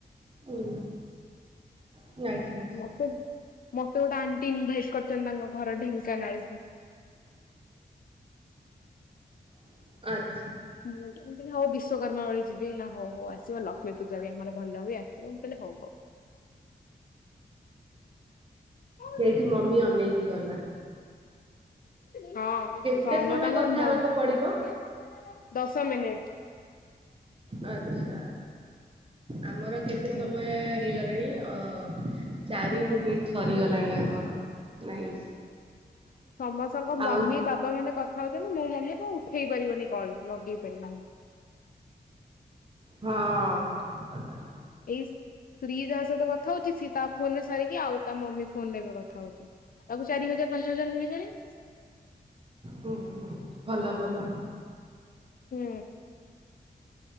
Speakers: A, on the right; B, on the left.
A: ଉଁ ହୁଁ। ନାଇସ୍ ନାଇସ୍
B: ମତେ, ମତେ ଗୋଟେ ଆଣ୍ଟି ଇନଭାଇଟ କରିଛନ୍ତି ତାଙ୍କ ଘର ଢେଙ୍କାନାଳ। <unintelligible>
A: <unintelligible>
B: ମୁଁ ହଉ ବିଶ୍ଵକର୍ମା ବେଳେ ଯିବି। ନା ହଉ ହଉ ଆସିବ ଲ ଲକ୍ଷ୍ମୀ ପୂଜା ବି ଆମର ଭଲ ହୁଏ। ଆସିବ ମୁଁ କହିଲି ହଉ ହଉ। ହଁ
A: ଏଇଠି ମମି ଅନେଇକି ଗଲା।
B: ହଁ
A: କେତେ
B: ସମ
A: ସମୟ
B: ତଙ୍କର
A: କଥା
B: ମୋବାଇଲ
A: ହେବାକୁ ପଡିବ
B: ଦଶ ମିନିଟ୍।
A: ଆଚ୍ଛା। ଆମର କେତେ
B: ହୁଁ
A: ସମୟ ହେଇଗଲା? ଆ। ଚାରି ମିନିଟ୍। ସରିଗଲାଣି ଆମର, ନାଇଁ।
B: ସମସ୍ତଙ୍କ ମମି
A: ଆଉ
B: ବାବା ମାନେ କ ଖାଉଛନ୍ତି। ମୁଁ, ମମି କଣ ଉଠେଇ ପାରିବନି କଲ। ଲଗେଇ ପାରିରିବନି।
A: ହଁ। ଟିକି କଥା।
B: ଏଇ ସ୍ତ୍ରୀ ଯାହା ସହିତ କଥା ହଉଛି। ସିଏ ତା ଫୋନ ରେ ସାରିକି ଆଉ ତା ମମି ଫୋନ ରେ ଏବେ କଥା ହଉଛି। ତାକୁ ଚାରି ହଜାର ପାଞ୍ଚ ହଜାର ମିଳିିଲାଣି।
A: ହୁଁ ହୁଁ ଭଲ ଭଲ।
B: ହୁଁ।